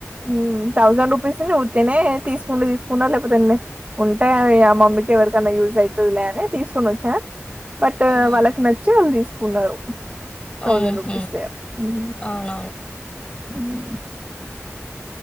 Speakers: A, on the right; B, on the left.
A: ఊ థౌజండ్ రూపీస్ నీ ఉత్తినే తీసుకుంటే తీసుకుంటా లేకపోతే లే ఉంటే ఆ మమ్మీకి ఎవరికన్నా యూస్ అయితదిలే అని తీసుకుొని వచ్చా బట్
B: ఉమ్
A: వాళ్ళకి నచ్చి వాళ్ళు తీసుకున్నారు థౌసండ్
B: ఉహు
A: రుపీస్ వే ఉం
B: అవునవును
A: ఉమ్